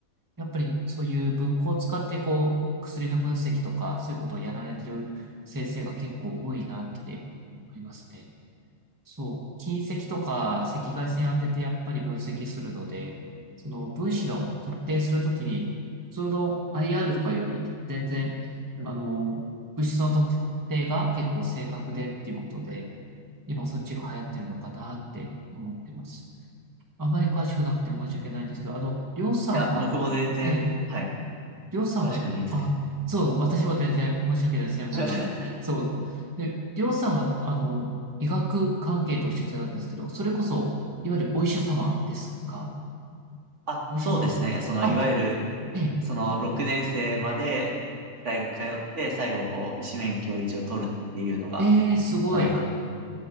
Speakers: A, on the right (about 15°); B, on the right (about 60°).
A: やっぱりそういう文庫を使って、こう、薬の分析とか、そういうことをやられてる先生が結構多いなって思いますね。そう、近赤とか赤外線当ててやっぱり分析するので、その分子の特定するときに、普通の IR とかより全然、
B: うん
A: あの、物質の特定が結構正確でっていうことで、今そっちが流行ってるのかなって思ってます。あまり詳しくなくて申し訳ないんですけど、あの、りょうさんは、
B: いや、僕も全然、
A: ええ、
B: はい。
A: りょうさんは、
B: 詳しくはないです
A: あ、そう、私は全然申し訳ない専門なのに。
B: けど。<laughs>
A: そう。で、りょうさんは、あの、医学関係とおっしゃってたんですけど、それこそ、いわゆるお医者様ですか
B: あ、
A: お医者様。
B: そうですね。その、
A: あ、
B: いわゆ
A: ええ、
B: る、その、6年生まで大学通って、最後、こう、医師免許を一応取るっていうのが、
A: ええ、すごい。
B: まあなんか、